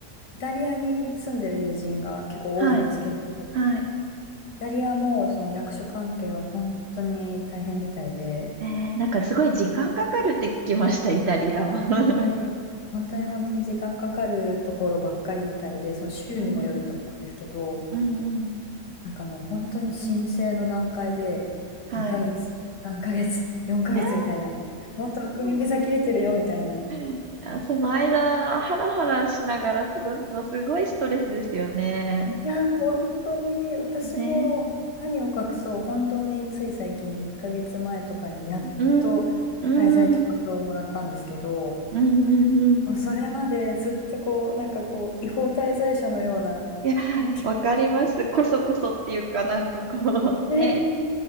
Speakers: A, on the left; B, on the right.
A: イタリアに住んでる友人が結構多いんですけど、
B: はい、
A: イ
B: はい。
A: タリアもその役所関係は本当に大変みたいで、
B: えー、なんかすごい時間かかるって聞きました、イタリアは。
A: いや、本当に、
B: <laughs>
A: 本当に本当に時間かかるところばっかりみたいで、その週にもよると思うんですけど、
B: うん、うん、うん。
A: なんかもう本当に申請の段階で、
B: はい。
A: 2ヶ月、3ヶ月、4ヶ月みたいな、
B: いや
A: もうとっくにビザ切れてるよみたいな。
B: ー、<laughs> いや、その間、ハラハラしながら過ごすの、すごいストレスですよね。
A: いや、本当に、私も何を隠そう、
B: ね。
A: 本当につい最近、1ヶ月前とかにやっと
B: うん、うん、
A: 滞在許可証をもらったんですけど、
B: うん、うん、うん。
A: もうそれまでずっとこう、なんかこう、違法滞在者のような、
B: いや、
A: 気持ち
B: わかります。こそこそっていうかなんかこう、<laughs>
A: で、
B: ね、